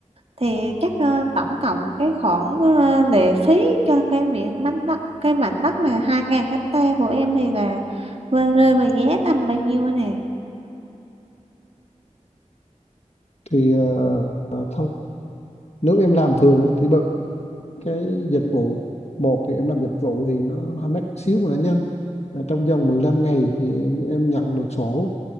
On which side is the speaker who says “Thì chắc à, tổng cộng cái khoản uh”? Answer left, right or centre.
Right